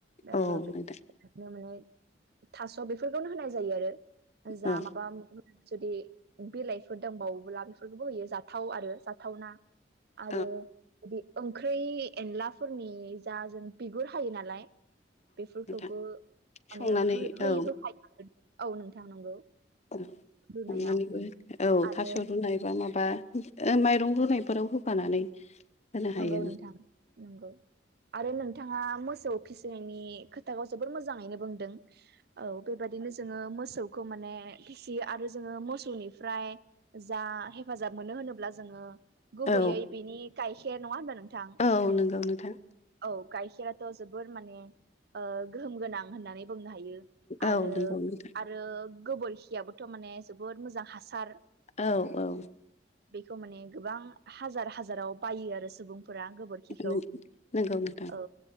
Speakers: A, on the right (about 60°); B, on the left (about 40°).
A: नो
B: औ नोंथां
A: माने थास' बेफोरखौनो होनाय जायो आरो। जा
B: औ
A: माबा जुदि बिलाइफोर दंबावोब्ला बेफोरखौबो होयो जाथे। जाथाव आरो जाथावना आरो
B: औ
A: बिदि ओंख्रि एनलाफोरनि जा जों बिगुर हायो नालाय बेफोरखौबो
B: नोंथां
A: माने
B: संनानै
A: हो होयै
B: औ
A: होफायो औ नोंथां नंगौ।
B: औ संनानैबो
A: रुनायाव
B: औ
A: आरो
B: थास' रुनाय बा माबा माइरं रुनायफोराव होफानानै होनो हायो
A: नंगौ नोंथां नंगौ। आरो नोंथाङा मोसौ फिसिनायनि खोथाखौ जोबोर मोजाङैनो बुंदों। औ बेबायदिनो जोङो मोसौखौ माने फिसियो आरो जोङो मोसौनिफ्राय जा हेफाजाब मोनो होनोब्ला जोङो गुबैयै
B: औ
A: बिनि गायखेर नङा होनबा नोंथां।
B: औ नोंगौ नोंथां‌‌।
A: औ गाइखेराथ' जोबोर माने गोहोम गोनां होननानै बुंनो हायो। आरो
B: औ नंगौ नोंथां
A: आरो गोबोरखियाबोथ' माने जोबोद मोजां हासार
B: औ औ।
A: बेखौ माने गोबां हाजार हाजाराव बायो आरो सुबुंफोरा गोबोर खिखौ
B: नंगौ नोंथां
A: औ